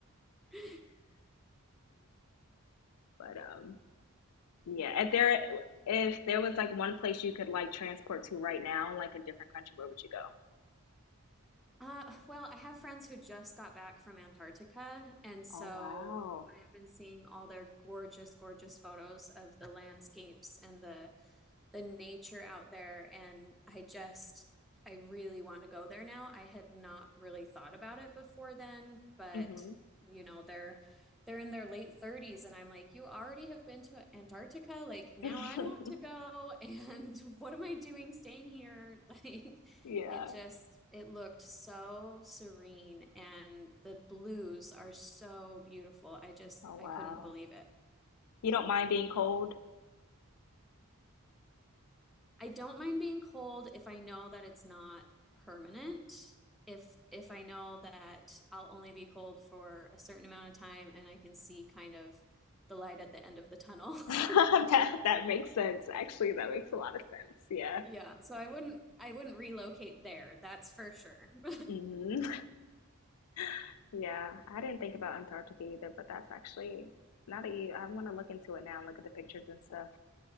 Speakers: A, in the centre; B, on the left.
A: <laughs>
B: But um, Yeah, if there if there was like one place you could like transport to right now, like a different country, where would you go?
A: Uh, well, I have friends who just got back from Antarctica, and so
B: Oh, wow.
A: I have been seeing all their gorgeous, gorgeous photos of the landscapes and the the nature out there and I just I really want to go there now. I had not really thought about it before then, but
B: hmm
A: you know, they're they're in their late 30s and I'm like, "You already have been to Antarctica, like now
B: <laughs>
A: I want to go <laughs> and what am I doing staying here?" <laughs> Like
B: Yeah.
A: it just it looked so serene and the blues are so beautiful. I just
B: Oh, wow.
A: I couldn't believe it.
B: You don't mind being cold?
A: I don't mind being cold if I know that it's not permanent. If if I know that I'll only be cold for a certain amount of time and I can see kind of the light at the end of the tunnel.
B: <laughs> That
A: <laughs>
B: that makes sense. Actually, that makes a lot of sense. Yeah.
A: Yeah, so I wouldn't I wouldn't relocate there. That's for sure. <laughs>
B: hmm <laughs> Yeah, I didn't think about Antarctica either, but that's actually not that you. I want to look into it now and look at the pictures and stuff